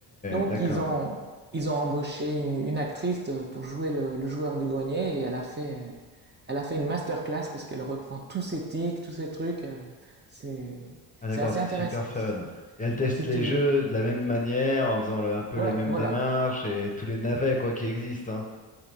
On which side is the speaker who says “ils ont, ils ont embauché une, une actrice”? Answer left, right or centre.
Right